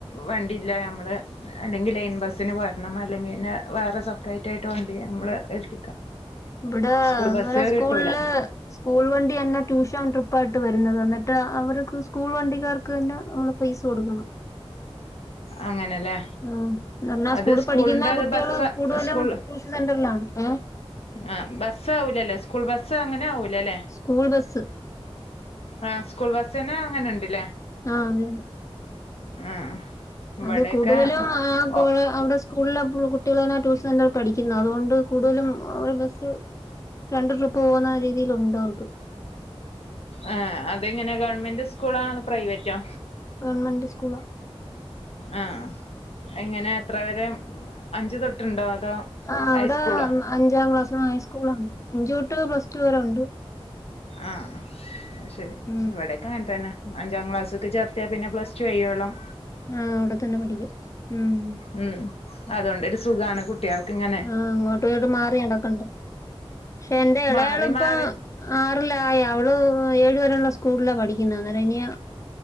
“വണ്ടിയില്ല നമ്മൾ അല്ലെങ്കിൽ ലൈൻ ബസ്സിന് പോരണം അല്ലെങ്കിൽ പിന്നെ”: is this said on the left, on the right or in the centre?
Left